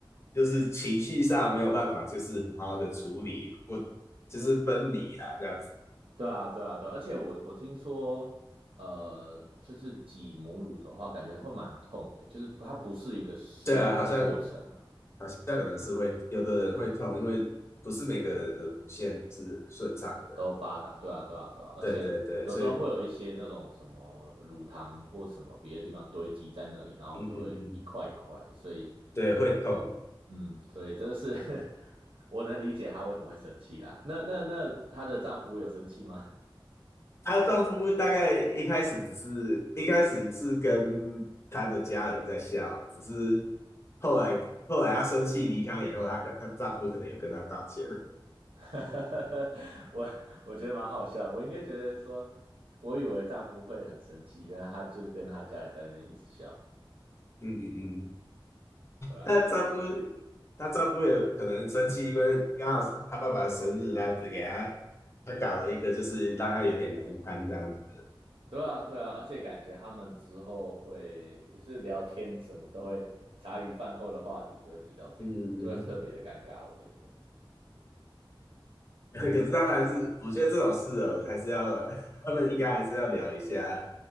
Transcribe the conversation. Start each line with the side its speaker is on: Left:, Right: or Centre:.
Left: 就是情绪上没有办法，就是好好的处理，或就是分离啊，这样子。
Right: 对啊，对啊，对啊，而且我我听说，呃，就是挤母乳的话，感觉会蛮痛的欸，就是它不是一个舒服的过程啊，
Left: 对啊，好像好像可能是会有的人会痛，因为不是每个人的乳腺是顺畅的。
Right: 都发达，对啊，对啊，对啊，而且有时候会有一些那种什么乳糖或什么别的地方堆积在那里，
Left: 对对对，所以
Right: 然后就会一块一块的，
Left: 嗯嗯嗯，
Right: 所以，
Left: 对，会痛。
Right: 嗯，所以真的是 <laughs> 我能理解她为什么会生气啦。那那那她的丈夫有生气吗？
Left: 她丈夫大概一开始只是一开始是跟她的家人在笑，只是后来后来她生气离开以后，她跟她丈夫可能有跟她道歉。
Right: <laughs> 我我觉得蛮好笑的我应该觉得说，我以为丈夫会很生气，原来他就是跟他家人在那边一直笑。
Left: 嗯嗯嗯，
Right: 对啊，
Left: 她丈夫
Right: 有趣。
Left: 她丈夫也可能生气，因为刚好是她爸爸的生日，她就给她她搞了一个，就是让她有点难堪这样子。
Right: 对啊，对啊，而且感觉他们之后会就是聊天什么都会，茶余饭后的话题就会提到这个，
Left: 嗯嗯，
Right: 就会特别的尴尬，我觉得。
Left: <laughs> 可是他们还是，我觉得这种事哦，还是要他们应该还是要聊一下，